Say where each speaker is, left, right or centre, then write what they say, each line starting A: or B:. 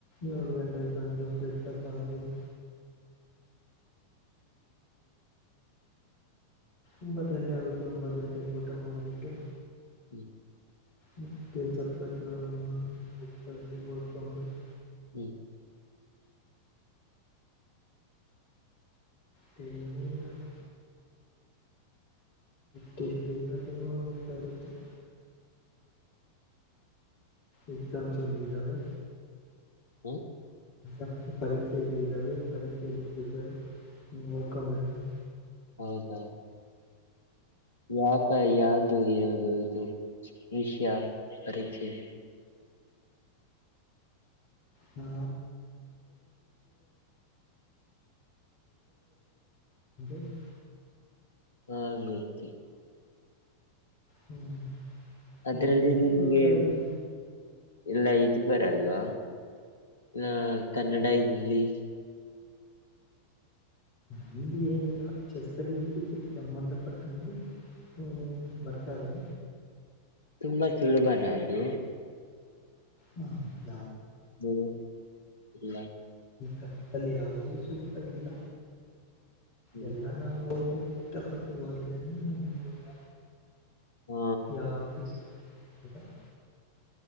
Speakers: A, on the left; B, on the left.
A: ಏಳು ಗಂಟೆಗೆ ಬಂದು ಫ್ರೆಶ್ ಅಪ್ ಆದ್ರೂ <inaudible> ಒಂಬತ್ ಗಂಟೆ ಆಗುತ್ತೆ ಒಂಬತ್ತು ಗಂಟೆಗೆ ಊಟ ಮಾಡ್ಬಿಟ್ಟು
B: ಹ್ಮ್
A: ಮತ್ತೆ ಸ್ವಲ್ಪ ಹೊತ್ತು ಬುಕ್ ತೆಗ್ದಿ ಓದ್ಕೊಂಡು <inaudible>
B: ಹ್ಮ್
A: <inaudible> ಟೈಮೇ ಇರಲ್ಲ ಟೈಮಾಗೋಗಿರುತ್ತೆ <inaudible> ಎಕ್ಸಾಮ್ಸ್ ಓಂದಿದಾವೆ
B: ಹ್ಮ
A: ಎಕ್ಸಾಮ್ ಪರೀಕ್ಷೆಗಳಿದಾವೆ ಪರೀಕ್ಷೆ ನೀವು ಓದ್ಕೋಬೇಕು
B: ಹೌದಾ ವ್ಯಾಪಾರ ಯಾದು ಇರುದುದು ವಿಷಯ ಪರೀಕ್ಷೆಗೆ
A: ಹಾ <unintelligible> <inaudible>
B: ಹ ಗೊತ್ತು
A: ಹ್ಮ್ <unintelligible>
B: ಅದ್ರಲ್ಲಿ
A: ಅದರಲ್ಲಿ
B: ನಿಮಗೆ
A: ಓದ್ತಾ ಇದ್ವಿ
B: ಎಲ್ಲ ಇದು ಬರಲ್ವಾ ಹ ಕನ್ನಡ ಇಂಗ್ಲಿಷ್
A: ನಂದು ಏನರಲ್ಲ <unintelligible> ಕೆಸಿಸಿ ಸಂಬಂಧಪಟ್ಟಂತೆಗೆ ಹ್ಮ್ ಬರ್ತಾವೆ
B: ತುಂಬಾ ಸುಲಭನದು
A: ಹ್ಮ
B: ನೋಡು ಇಲ್ಲ <inaudible>
A: ಕಪ್ಪಲ್ಲಿ ಯಾದೂ ಸುಲಭ ಇಲ್ಲ
B: ಹ್ಮ್
A: ಎಲ್ಲ ನಾವು ಓದು ಕಷ್ಟಪಟ್ಟು ಹೋದ್ರೇನೆ ನಮಗೆ ಎಲ್ಲ
B: ಹ
A: ಯಾವ್ದು ಕ <unintelligible>